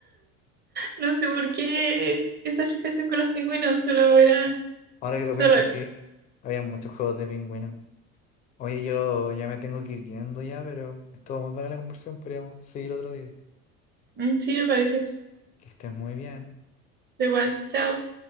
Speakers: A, on the right; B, on the left.
A: No sé por qué esa fijación con los pingüinos, solo era,
B: Ahora que lo
A: solo
B: pienso,
A: era.
B: sí, había muchos juegos de pingüinos. Oye, yo ya me tengo que ir yendo ya, pero estuvo muy buena la conversación, podríamos seguir otro día.
A: Mm, Sí, me parece.
B: Que estés muy bien.
A: Da Igual, chao.